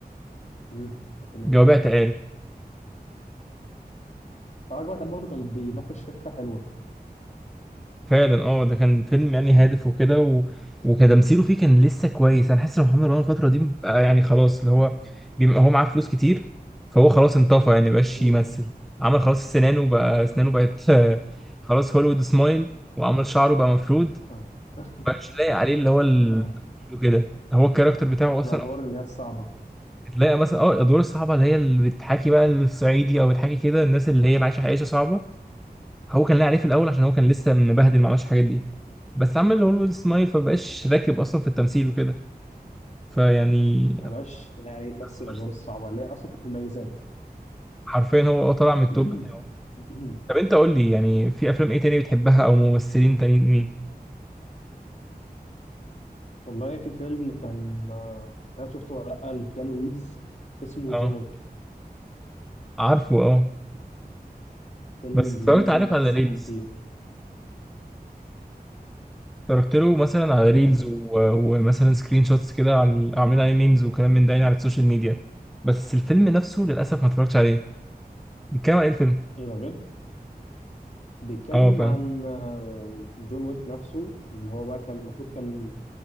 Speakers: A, on the left; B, in the centre.
A: امم كان في مية
B: جواب اعتقال
A: فراجل وائل برضه كان بيناقش فكرة حلوة
B: فعلا اه ده كان فيلم يعني هادف وكده و... وكتمثيله فيه كان لسه كويس انا حاسس ان محمد رمضان الفتره دي بقى يعني خلاص اللي هو بيبقى هو معاه فلوس كتير فهو خلاص انطفى يعني مبقاش
A: مهم.
B: يمثل عمل خلاص سنانه بقى اسنانه بقت <laughs> آه، خلاص هوليوود سمايل وعمل شعره بقى مفرود
A: اه <laughs>
B: مبقاش لايق عليه اللي هو التمثيل
A: اه
B: وكده هو الكاركتر بتاعه اصلا
A: الأدوار اللي هي الصعبة
B: تلاقي مثلا اه الادوار الصعبه اللي هي اللي بتحاكي بقى الصعيدي او بتحاكي كده الناس اللي هي عايشه عيشه صعبه هو كان لاقي عليه في الاول عشان هو كان لسه مبهدل ما عملش الحاجات دي بس عمل هوليوود سمايل فمبقاش راكب اصلا في التمثيل وكده فيعني
A: ما بقاش يعني يمثل
B: بس
A: الأدوار الصعبة اللي هي أصلا كانت مميزاه
B: حرفيا هو هو طلع من التوب
A: <clears throat>
B: بتاعه طب انت قول لي يعني في افلام ايه تاني بتحبها او ممثلين تانيين مين
A: والله في فيلم كان آه، مش عارف شفته ولا لأ لكيانو ريفز اسمه
B: اه
A: جون ويك
B: عارفه اه
A: فيلم
B: بس
A: إنجليزي
B: اتفرجت عارف
A: بس
B: على ريلز
A: خطير
B: اتفرجت له مثلا على
A: اتفرج
B: ريلز و... ومثلا سكرين شوتس كده عن عاملين عليه ميمز وكلام من ده يعني على السوشيال ميديا بس الفيلم نفسه للاسف ما اتفرجتش عليه بيتكلم على ايه الفيلم
A: إيه ده بجد بيتكلم
B: اه فاهم
A: عن آه، جون ويك نفسه اللي هو بقى كان المفروض كان